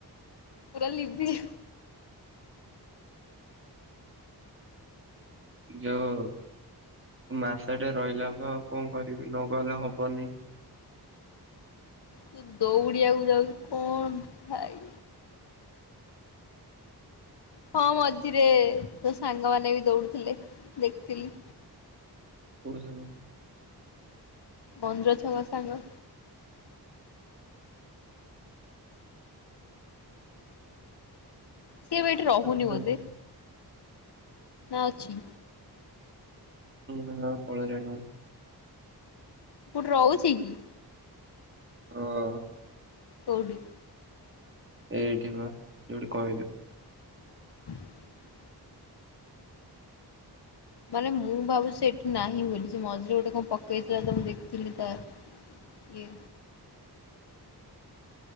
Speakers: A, on the left; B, on the right.
A: ପୁରା ଲିିବି
B: ଯୋଉ ମାସଟେ ରହିଲା ବା ଆଉ କଣ କରିବି ନ ଗଲେ ହବନି।
A: ତୁ ଦୌଡିିବାକୁ ଯାଉଛୁ କଣ ଭାଇ। ହଁ ମଝିରେ ତୋ ସାଙ୍ଗମାନେ ବି ଦୌଡୁଥିଲେ ଦେଖିଥିଲି।
B: କୋଉ ସାଙ୍ଗ।
A: ବନ୍ଦର ଛକ ସାଙ୍ଗ। ସିଏ ଏଠି ରହୁନି
B: ସାଙ୍ଗ
A: ବୋଧେ। ନା ଅଛି।
B: ନା ପଳେଇଲାଣି ବଧେ।
A: କୋଉଠି ରହୁଛି କି?
B: ହଁ।
A: କଉଡି?
B: ଏଇଠି ବା ଯୋଉଠି କହିଲୁ।
A: <inaudible> ମାନେ ମୁଁ ଭାବୁଛି ସେ ଏଠି ନାହିଁ ବୋଲି ସେ ମଝିରେ ଗୋଟେ କଣ ପକେଇଥିଲା ତ ମୁଁ ଦେଖିଥିଲି ତା ଇଏ